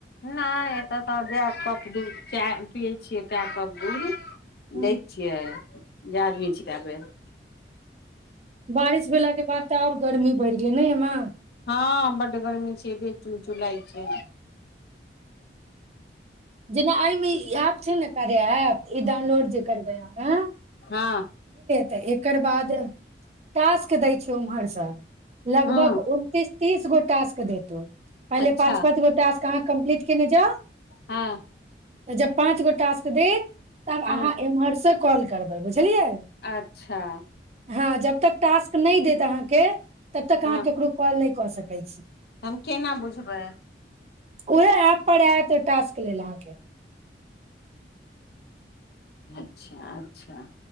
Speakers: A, on the left; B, on the right.
A: नहि एतय तऽ जए कप दूध चाय पियै छियै तए कप दूध
B: छै
A: दै छियै जे आदमी छी तऽ बेर
B: बारिश भेलाके बाद तऽ आर गर्मी बढ़ि गेल नै ए माँ
A: हँ बड गर्मी छै दे चुल चुलाइ छै
B: जेना आइमे आब छै ने कार्य ऐप ई डाउनलोड जे करबै हँ
A: हँ
B: तऽ एकर बाद टासक दय छै उम्हरसँ लगभग
A: हँ
B: उनतीस तीस गोट टासक देत पहिले
A: अच्छा
B: पाँच पाँच गोटे कहाँ कम्प्लीट केने जा
A: हँ
B: तऽ जब पाँच गो टासक देत तब
A: हँ
B: अहाँ एम्हरस कॉल करबै बुझलियै
A: अच्छा
B: हँ जब तक टास्क नहि देत अहाँके तब तक अहाँ
A: हँ
B: केकरो कॉल कऽ सकै
A: हम केना बुझबै
B: उहे ऐप पर आत टास्क लेल अहाँके
A: अच्छा अच्छा